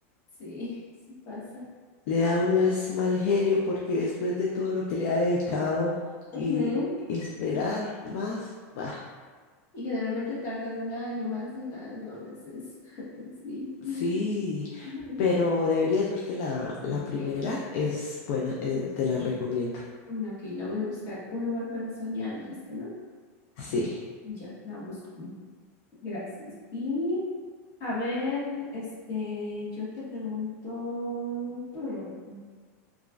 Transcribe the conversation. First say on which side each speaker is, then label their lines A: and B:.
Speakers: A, on the left (about 35°); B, on the left (about 55°).
A: Sí, <laughs> sí pasa.
B: Le da a uno es mal genio porque después de todo lo que le ha dedicado y
A: Ujú.
B: esperar más, bah.
A: Y generalmente tarda un año, más de un año a veces. <laughs> Sí,
B: Sí,
A: sí. Ujú.
B: pero deberías verte la, la primera,
A: Ok,
B: es buena, eh, te la recomiendo.
A: mm, ok, la voy a buscar. Un lugar para soñar, dijiste, ¿no?
B: Sí,
A: Ya, la busco. Gracias. Y a ver, este, yo te pregunto, mm,